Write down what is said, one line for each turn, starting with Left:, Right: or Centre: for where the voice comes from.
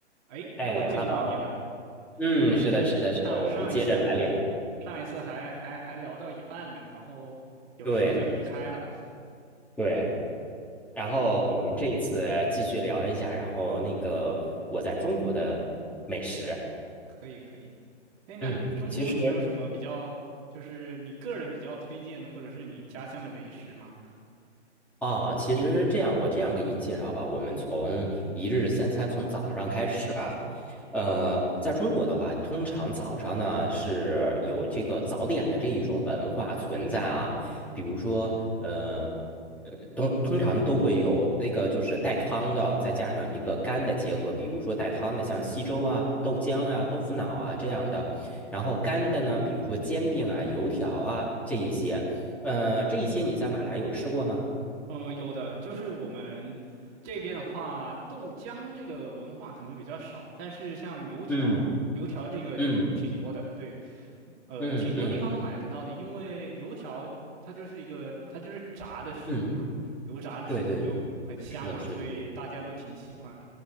Right: 哎，
Centre: 哎，Hello，
Right: 又见到你了。
Centre: 嗯，
Right: 哎，
Centre: 是的，是的，是的，
Right: 上上一次，
Centre: 我们接着来聊，
Right: 上一次还还还聊到一半呢，然后有事就离开了。
Centre: 对对，然后我们这一次继续聊一下，
Right: 那
Centre: 然后那个我在中国的美食，
Right: 可以可以。哎，那中国你有什么比较，
Centre: 嗯，其实
Right: 就是你个人比较推荐或者是你家乡的美食吗？
Centre: 啊，其实这样，我这样给你介绍吧，我们从一日三餐从早上开始吧。呃，在中国的话，通常早上呢是有这个早点的这一种文化存在啊，比如说，呃，呃，通通常都会有那个就是带汤的，再加上一个干的结合，比如说带汤的像稀粥啊、豆浆啊、豆腐脑啊这样的，然后干的呢，比如说煎饼啊、油条啊这一些，呃，这一些你在马来有吃过吗？
Right: 呃，有的，就是我们这边的话，豆浆这个文化可能会比较少，但是像油条，
Centre: 嗯
Right: 油条这个就挺多的。
Centre: 嗯
Right: 对。呃，
Centre: 嗯嗯
Right: 挺多地方都买得到的，因为油条它就是一个它就是炸的食物嘛，
Centre: 嗯，
Right: 油炸的食物就很香嘛，
Centre: 对对对，是的，是的，
Right: 所以大家都挺喜欢。
Centre: 是的，